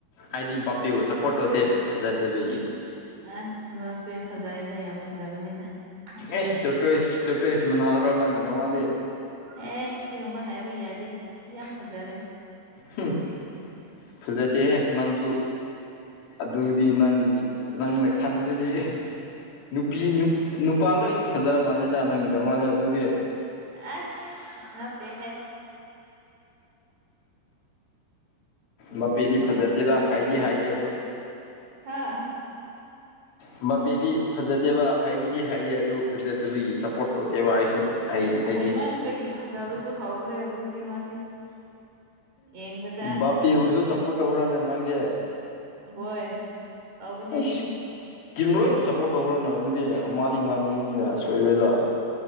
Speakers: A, on the left (about 70°); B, on the right (about 50°).
A: ꯑꯥꯏꯗꯤ ꯕꯥꯄꯦꯕꯨ ꯁꯞꯄꯣꯔꯠ ꯇꯧꯗꯦ ꯐꯖꯗꯕꯒꯤ
B: ꯑꯁ ꯕꯥꯞꯄꯦ ꯐꯖꯩꯌꯦꯗ ꯌꯥꯝ ꯐꯖꯕꯅꯤꯗ ꯅꯪꯁꯨ
A: ꯑꯦꯁ ꯇꯨꯔꯇꯣꯏꯁ ꯇꯨꯔꯇꯣꯏꯁ ꯃꯅꯥꯎꯔꯣ ꯅꯪꯒꯤꯗꯃꯛꯇꯤ
B: ꯑꯦ ꯁꯤꯒꯨꯝꯕ ꯍꯥꯏꯕ ꯌꯥꯗꯦ ꯌꯥꯝ ꯐꯖꯕꯦ
A: ꯍꯨꯡ ꯐꯖꯗꯦꯍꯦ ꯅꯪꯁꯨ ꯑꯗꯨꯗꯤ ꯅꯪꯒꯤ ꯅꯪꯅ ꯈꯟꯕꯗꯤ ꯅꯨꯄꯤ ꯅꯨꯄꯥ ꯂꯣꯏꯅ ꯐꯖꯕ ꯃꯥꯜꯂꯦꯗ ꯅꯪꯒꯤꯗꯃꯛꯗꯤ ꯑꯗꯨꯗꯤ
B: ꯑꯁ ꯅꯠꯇꯦꯍꯦ
A: ꯕꯥꯄꯦꯗꯤ ꯐꯖꯗꯦꯗ
B: ꯅꯪꯁꯨ ꯂꯣꯏꯔꯦꯍꯦ
A: ꯍꯥꯏꯗꯤ ꯍꯥꯏꯌꯦ ꯑꯗꯨ
B: ꯍꯥꯥ
A: ꯕꯥꯗꯤ ꯐꯖꯗꯦꯕ ꯍꯩꯕꯗꯤ ꯍꯩꯌꯦ ꯑꯗꯨ ꯐꯖꯗꯕꯒꯤ ꯁꯞꯄꯣꯔꯠ ꯇꯧꯗꯦꯕ ꯑꯩꯁꯨ ꯑꯩ ꯑꯩꯗꯤ
B: ꯍꯩꯃꯟꯕꯒꯤ ꯐꯖꯕꯁꯨ ꯍꯧꯈ꯭ꯔꯦ ꯍꯧꯖꯤꯛꯇꯤ ꯃꯥꯁꯦ ꯌꯦꯡꯕꯗ
A: ꯕꯥꯄꯦꯕꯨꯁꯨ ꯁꯞꯄꯣꯔꯠ ꯇꯧꯕ꯭ꯔꯅꯦ ꯅꯪꯁꯦ
B: ꯍꯣꯏ ꯇꯧꯕꯅꯦ
A: ꯑꯩꯁ
B: ꯑꯩꯗꯤ
A: ꯇꯤꯝ ꯂꯣꯏꯕꯨ ꯁꯞꯄꯣꯔꯠ ꯇꯧꯈ꯭ꯔꯣꯅꯦ ꯑꯗꯨꯗꯤ ꯑꯃꯥꯗꯤ ꯉꯝꯒꯅꯤꯅ ꯁꯣꯏꯔꯣꯏꯗ